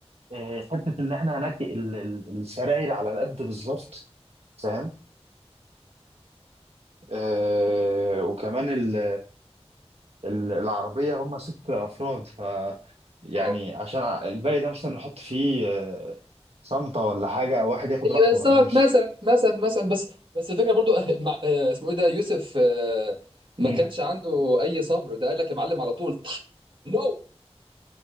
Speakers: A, on the right (about 65°); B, on the right (about 50°).
A: آه، حته ان احنا هناك ال- ال- السراير على قد بالظبط فاهم آه وكمان ال- ال- العربيه هم ست افراد ف يعني
B: آه.
A: عشان الباقي ده مثلا نحط فيه آه، صنطه ولا حاجه او واحد ياخد
B: ايوه
A: راحته
B: صح
A: فاحنا مش
B: مثلا مثلا مثلا بس بس الفكره برضو <laughs> مع آه، اسمه ايه ده يوسف آه، ما
A: مم.
B: كانش عنده اي صبر ده قال لك يا معلم على طول <laughs> نو